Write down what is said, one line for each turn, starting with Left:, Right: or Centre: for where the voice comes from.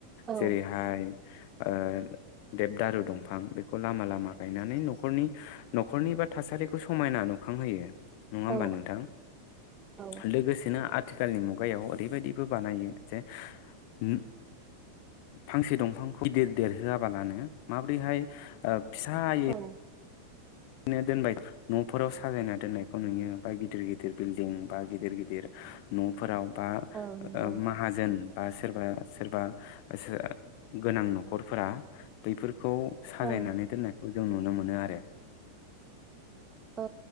Right: औ
Left: जेरैहाय ओ देब दारु दंफां बेखौ लामा लामा गायनानै नखरनि नखरनि बा थासारिखौ समायना नुखांहोयो नङा
Right: औ
Left: होमबा नोंथां
Right: औ
Left: लोगोसेनो आथ आथिखालनि मुगायाव ओरैबायदिबो बानायो जे उम फांसे दंफांख गिदिर देरहोया बालानो माब्रैहाय फिसायो
Right: औ
Left: नो दोनबाय नफोराव साजायना दोननायखौ नुयो बा गिदिर गिदिर बिल्डिं बा गिदिर गिदिर नफोराव बा
Right: औ नंगौ
Left: ओ माहाजोन बा सोरबा सोरबा सो गोनां नखरफोरा बैफोर खौ साजायनानै
Right: औ
Left: दोननायखौ जों नुनो मोनो आरो
Right: ओ